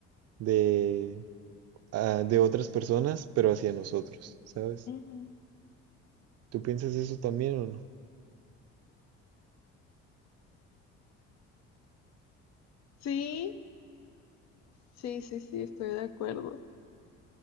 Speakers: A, on the right (about 55°); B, on the left (about 60°).
A: de, ah, de otras personas, pero hacia nosotros, ¿sabes?
B: Ujú.
A: ¿Tú piensas eso también o no?
B: Sí, sí, sí, sí, estoy de acuerdo.